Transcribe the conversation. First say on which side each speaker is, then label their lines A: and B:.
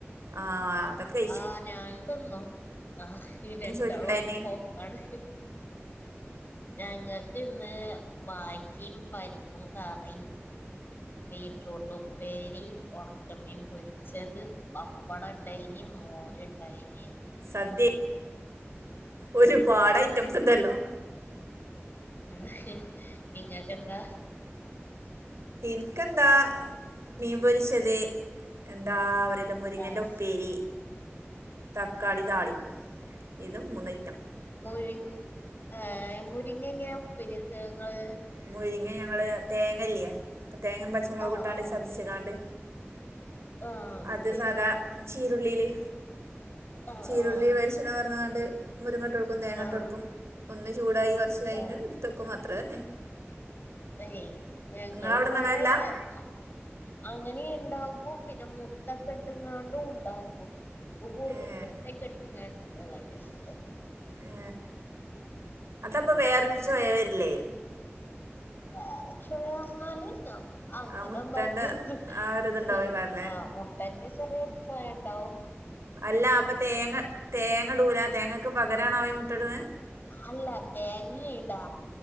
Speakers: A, on the right (about 75°); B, on the left (about 45°).
A: ആഹ് അതൊക്കെ കഴിച്ചു
B: ആ ഞാനും തിന്നു ആഹ് ഈ
A: എന്ത്
B: രണ്ടാളും
A: ചോറ്റുണ്ടായിന്
B: ഒപ്പം ഒപ്പാണ് ഞങ്ങക്ക് ഇന്ന് വായക്കിം, പരിപ്പും കറി ബീട്രൂട്ട് ഉപ്പേരി, ഒണക്കമ്മീൻ പൊരിച്ചത് പപ്പട ഇണ്ടായിനിം മോര് ഇണ്ടായിനിം
A: സദ്യ ഒരുപാട് ഐറ്റംസ് ണ്ടല്ലോ?
B: ഉം ഇങ്ങക്കെന്താ
A: എനിക്കെന്താ മീൻപൊരിച്ചത് എന്താ പറയ മുരിങ്ങന്റെ
B: ആഹ്
A: ഉപ്പേരി, തക്കാളി താളിപ്പും ഇതും മൂന്നയിറ്റം
B: മുരിങ്ങ് ഏ മുരിങ്ങ എങ്ങനെ ഉപ്പേരി വെക്കങ്ങള്
A: മുരിങ്ങ ഞങ്ങള് തേങ്ങല്ല്യെ തേങ്ങിം പച്ചമുളക്
B: ആഹ്
A: ഇട്ടാണ്ട്
B: ആഹ്
A: ചതിച്ച് ച്ച്ങ്ങാണ്ട്
B: ആഹ്
A: അത്
B: ശരി
A: സാധാ ചീരുള്ളീല്
B: ആഹ്
A: ചീരുള്ളി
B: ആഹ്
A: വെളിച്ചെണ പാർന്നാണ്ട് മുരിങ്ങട്ടൊ ട്ക്കും തേങ്ങട്ടൊട്ക്കും
B: ആഹ്
A: ഒന്ന് ചൂടായി കൊറച്ച് കഴിഞ്ട്ട്
B: ഏഹ്
A: ഇട്ത്തെക്കും അത്രെതന്നെ
B: ല്ലയ് ഞങ്ങള്
A: നിങ്ങളവിടുന്ന്
B: ഇവടെ
A: അങ്ങനെയല്ല
B: അ അങ്ങനിണ്ടാക്കും പിന്നെ മുട്ടക്കട്ട്ങ്ങാണ്ടും ഉണ്ടാക്കും ഇപ്പ കൂട്തൽ
A: ഏഹ്
B: മുട്ടെക്കെട്ട്ങ്ങാണ്ട് ഇല്ലതാണ് ഇഷ്ടം.
A: ഏ അതപ്പൊ വേറൊരു ചോയ വര്ല്ലേ?
B: വേറെ ചോയ അങ്ങാനില്ല അങ്ങനെന്നോക്കിയ
A: ആ മുട്ടന്റെ ആ ഒരിതുണ്ടാവോയ്ക്കാരല്ലേ
B: പിന്നെ ആ മുട്ടന്റെ ചെറിയൊരു ചൊയ ഇണ്ടാവും
A: അല്ല അപ്പൊ തേങ്ങ തേങ്ങടൂല തേങ്ങക്ക് പകരാണ് ആഈ മുട്ടട്ണ്.
B: അല്ല തേങ്ങിടാ